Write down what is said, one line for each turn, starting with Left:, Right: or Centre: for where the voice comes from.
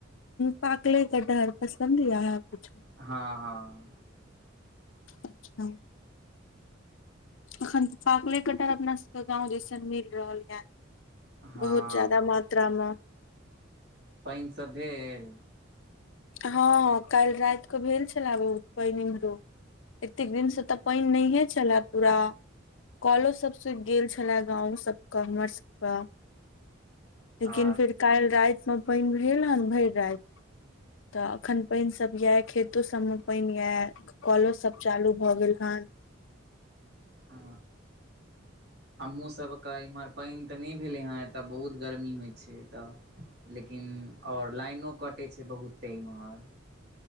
Left: पाकले कटहर पसन्द य है कुछु
Right: हँ हँ
Left: अच्छा अखन त पाकले कटहर अपना सब के गाँउ दिसन मिल रहल य
Right: हँ
Left: बहुत ज्यादा मात्रा मे
Right: पाएन सब भेल
Left: हँ काल्हि राइत क भेल छलै बहुत पाएन इम्हरो एतेक दिन से तऽ पाएन नै हे छलए पूरा कॉलो सब सुइख गेल छले गाँंव सबके हमर सबके लेकिन
Right: आ
Left: फेर काल्हि राति मे पाएन भेल हन भैर राईत तऽ अखन पाएन सब यए खेतो सबमे पाएन यए कलो सब चालू भऽ गेल हन
Right: आ हमहूँ सब क इम्हर पाएन तऽ नहि भेलै हेँ एतऽ बहुत गर्मी होइ छै एतऽ लेकिन आओर लाइनो कटै छै बहुते इम्हर